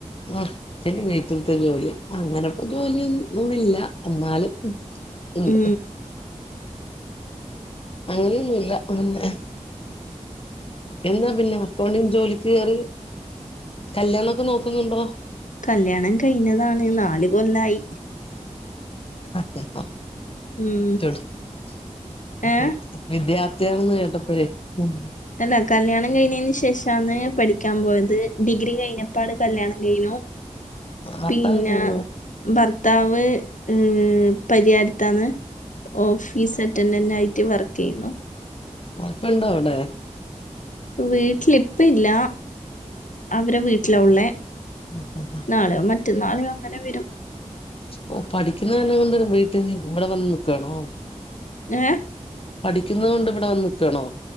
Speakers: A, on the left (about 45°); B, on the left (about 85°).
A: ആഹ് പിന്നെ വീറ്റിലത്തെ ജോലി അങ്ങനെപ്പോ ജോലിയന്നന്നുല്ല എന്നാലും ഉണ്ട്
B: ഉം
A: അങ്ങനെയൊന്നുല്ല പിന്നെ എന്താ പിന്നെ അക്കൗണ്ടിൽ ജോലിക്ക് കേയറി കല്ല്യാണൊക്കെ നോക്കുന്നുണ്ടോ
B: കല്യാണം കഴിഞ്ഞതാണ് നാല് കൊല്ലായി
A: <unintelligible>
B: ഉം ഏഹ്
A: വിദ്യാർത്ഥിയാണെന്ന് കേട്ടപ്പോഴേ ഉം
B: അല്ല കല്യാണം കഴിഞ്ഞതിന് ശേഷാന്ന് പഠിക്കാൻ പോയത് ഡിഗ്രി കഴിഞ്ഞപ്പോള് കല്യാണം കഴിഞ്ഞു
A: ഭർത്താവ്
B: പിന്നെ
A: എന്ത് ചെയ്യുന്നു
B: ഭർത്താവ് ഏഹ് പരിഹാരത്താണ് ഓഫീസ് അറ്റൻഡന്റ് ആയിട്ട് വർക്ക് ചെയ്യുന്നു
A: ഒപ്പമുണ്ടോ അവിടെ
B: വീട്ടിലിപ്പ ഇല്ല അവരെ വീട്ടിലാ ഉള്ളെ
A: <unintelligible>
B: നാളെയോ മറ്റന്നാളോ അങ്ങനെ വരും
A: ഓഹ് പഠിക്കുന്ന കാരണം കൊണ്ട് വീട്ട് ഇവിടെ വന്ന് നിക്കുവാണോ
B: ഏഹ്
A: പഠിക്കുന്നുന്നത് കൊണ്ട് ഇവിടെ വന്ന് നിക്കാണോ